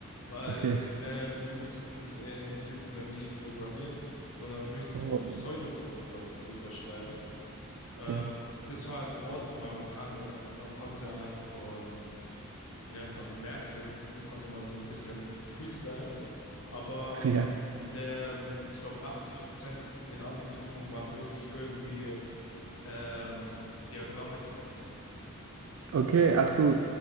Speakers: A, on the left; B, on the right.
A: weil
B: Okay.
A: ähm, wir mussten in den Prüfungen nicht programmieren, sondern höchstens
B: Oh,
A: so Pseudocodes darüber schreiben. Ähm,
B: ja,
A: das war in Ordnung, weil man kann, ja- man konnte anhand von, wie nennt man, Merkhilfen, konnte man so ein bisschen freestylen. Aber
B: <laughs> ja.
A: der, ähm, ich glaube, 80 Prozent in den Abi-Prüfungen waren wirklich irgendwie ähm, Diagramme zeichnen.
B: Okay,
A: Oh,
B: ach so,